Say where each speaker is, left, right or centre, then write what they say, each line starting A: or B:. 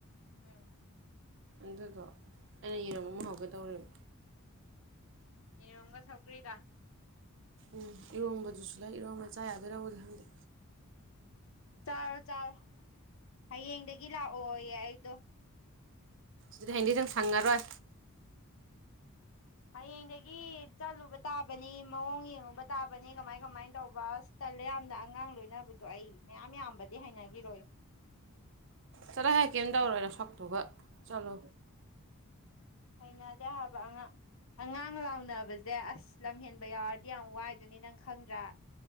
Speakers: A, on the left; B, on the right.
A: ꯎꯝ꯫
B: ꯑꯗꯨꯗꯣ ꯑꯩꯅ ꯌꯦꯔꯨꯝ ꯑꯃ ꯍꯧꯒꯗꯧꯔꯤꯕ꯫
A: ꯌꯦꯔꯨꯝꯒ ꯁꯧꯒꯔ꯭ꯤꯒ꯫
B: ꯎꯝ ꯏꯔꯣꯝꯕꯗꯨꯁꯨ ꯂꯩ ꯏꯔꯣꯝꯕ ꯆꯥ ꯌꯥꯗꯣꯏꯔꯥꯕꯨꯗꯤ ꯈꯪꯗꯦ꯫
A: ꯆꯥꯔꯣ‌-ꯆꯥꯔꯣ ꯍꯌꯦꯡꯗꯒꯤ ꯂꯥꯛꯑꯣꯌꯦ ꯑꯩꯗꯣ꯫
B: ꯑꯗꯨꯗꯤ ꯍꯌꯦꯡꯗꯩ ꯑꯗꯨꯝ ꯁꯪꯉꯔꯣꯏ꯫
A: ꯍꯌꯦꯡꯗꯒꯤ ꯆꯠꯂꯨꯕ ꯇꯥꯕꯅꯤ, ꯃꯑꯣꯡ ꯌꯦꯡꯉꯨꯕ ꯇꯥꯕꯅꯤ ꯀꯃꯥꯏ-ꯀꯃꯥꯏ ꯇꯧꯕ ꯑꯁ꯫ ꯇꯜꯂꯦ ꯌꯥꯝꯅ, ꯑꯉꯥꯡ ꯂꯣꯏꯅꯕꯗꯣ ꯑꯩ, ꯃꯌꯥꯝ ꯌꯥꯝꯕꯗꯤ ꯍꯩꯅꯈꯤꯔꯣꯏ꯫
B: ꯆꯠꯂꯣ ꯍꯩ ꯀꯦꯝ ꯇꯧꯔꯣꯏ ꯅꯁꯛꯇꯨꯒ ꯆꯠꯂꯨ꯫
A: ꯍꯩꯅꯗꯦ ꯍꯥꯏꯕ ꯑꯉꯥꯡ꯫ ꯑꯉꯥꯡ ꯂꯥꯎꯅꯕꯁꯦ ꯑꯁ ꯂꯝꯍꯦꯟꯕ ꯌꯥꯎꯔꯗꯤ ꯌꯥꯝ ꯋꯥꯏꯗꯨꯅꯤ ꯅꯪ ꯈꯪꯗ꯭ꯔꯥ?